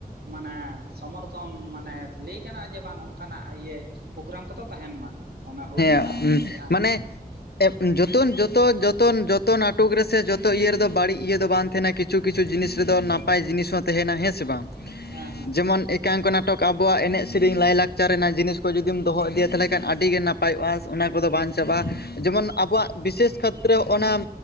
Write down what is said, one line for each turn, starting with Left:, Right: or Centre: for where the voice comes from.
Right: ᱢᱟᱱᱮ ᱥᱚᱢᱚᱨᱛᱷᱚᱱ ᱢᱟᱱᱮ ᱞᱟᱹᱭ ᱠᱟᱱᱟ ᱡᱮ ᱵᱟᱝ ᱚᱱᱠᱟᱱᱟᱜ ᱤᱭᱟᱹ ᱯᱨᱳᱜᱨᱟᱢ ᱠᱚᱫᱚ ᱛᱟᱦᱮᱱ ᱢᱟ ᱚᱱᱟ ᱦᱩᱞ
Left: ᱦᱮᱸ
Right: ᱢᱟᱦᱟ ᱨᱮ ᱡᱟᱦᱟᱸ
Left: ᱢᱟᱱᱮ ᱡᱚᱛᱚᱱ ᱡᱚᱛᱚ ᱡᱚᱛᱚᱱ ᱡᱚᱛᱚ ᱱᱟᱴᱚᱠ ᱨᱮ ᱥᱮ ᱡᱚᱛᱚ ᱤᱭᱟᱹ ᱨᱮᱫᱚ ᱵᱟᱹᱲᱤᱡ ᱤᱭᱟᱹ ᱫᱚ ᱵᱟᱝ ᱛᱟᱦᱮᱱᱟ ᱠᱤᱪᱷᱩ ᱠᱤᱪᱷᱩ ᱡᱤᱱᱤᱥ ᱨᱮᱫᱚ ᱱᱟᱯᱟᱭ ᱡᱤᱱᱤᱥ ᱦᱚᱸ ᱛᱟᱦᱮᱱᱟ ᱦᱮᱸ ᱥᱮ ᱵᱟᱝ
Right: ᱦᱮᱸ ᱦᱮᱸ
Left: ᱡᱮᱢᱚᱱ ᱮᱠᱟᱝᱠᱚ ᱱᱟᱴᱚᱠ ᱟᱵᱚᱣᱟᱜ ᱮᱱᱮᱡ ᱥᱮᱨᱮᱧ ᱞᱟᱭᱞᱟᱠᱪᱟᱨ ᱨᱮᱱᱟᱜ ᱡᱤᱱᱤᱥ ᱠᱚ ᱡᱩᱫᱤᱢ ᱫᱚᱦᱚ ᱤᱫᱤᱭᱟ ᱛᱟᱦᱚᱞᱮ ᱠᱷᱟᱱ ᱟᱹᱰᱤ ᱜᱮ ᱱᱟᱯᱟᱭ ᱱᱟᱯᱟᱭᱚᱜ-ᱟ ᱚᱱᱟ ᱠᱚᱫᱚ ᱵᱟᱝ ᱪᱟᱵᱟᱜ-ᱟ ᱡᱮᱢᱚᱱ ᱟᱵᱚᱣᱟᱜ ᱵᱤᱥᱮᱥ ᱠᱷᱮᱛᱨᱮ ᱦᱚᱸᱜ-ᱱᱟ